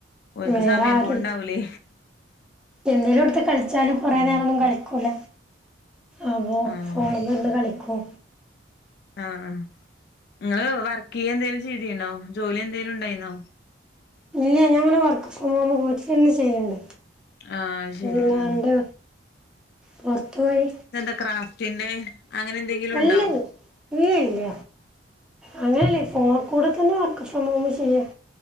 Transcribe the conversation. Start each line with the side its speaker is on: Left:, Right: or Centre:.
Left: ഓൽക്ക്
Centre: വേറെ
Left: സമയം
Centre: ആരൂ
Left: പോവ്ണ്ടാവൂലേ
Centre: എന്തേലും ഇടുത്ത് കളിച്ചാലും കൊറേ
Left: ഉം
Centre: നേരം ഒന്നും കളിക്കൂല ആവോ
Left: ആഹ്
Centre: ഫോണിൽ നിന്ന് കളിക്കൂ
Left: ആഹ് ആ നിങ്ങള് വർക്ക് ചെയ്യ എന്തേലും ചെയ്തീണോ ജോലി എന്തെലും ഉണ്ടായിന്നോ
Centre: ഇല്ല ഞാങ്ങനെ വർക്ക് ഫ്രം ഹോം വീട്ടിലിന്ന് ചെയ്യണ്ട്
Left: ആഹ് അത് ശരി
Centre: ഇല്ലാണ്ട്
Left: ഉം
Centre: പുറത്തോയ്
Left: ഇതെന്താ ക്രാഫ്റ്റിന്റെ അങ്ങനെ എന്തെങ്കിലും
Centre: അല്ലേ
Left: ഉണ്ടോ
Centre: ഇ ഇല്ല അങ്ങനെയല്ലേ ഫോണ കൂടെ തന്നെ വർക്ക് ഫ്രം ഹോം ചെയ്യാം